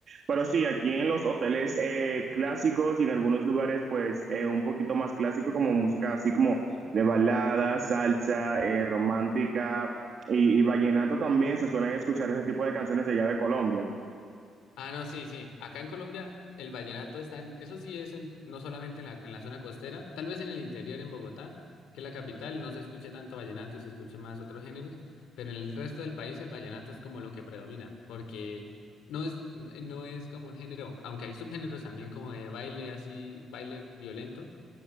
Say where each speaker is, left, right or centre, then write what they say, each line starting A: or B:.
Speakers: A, on the right; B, on the left.
A: Pero sí, aquí en los hoteles eh, clásicos y en algunos lugares, pues, eh, un poquito más clásico, como música así como de balada, salsa, eh, romántica y, y vallenato también se suelen escuchar ese tipo de canciones de allá de Colombia.
B: Ah, no, sí, sí. Acá en Colombia el vallenato está en, eso sí es en, no solamente en la, en la zona costera, tal vez en el interior, en Bogotá, que es la capital, no se escucha tanto vallenato y se escucha más otros géneros, pero en el resto del país el vallenato es como lo que predomina, porque no es, no no es como un género, aunque hay subgéneros también como de baile así, baile violento,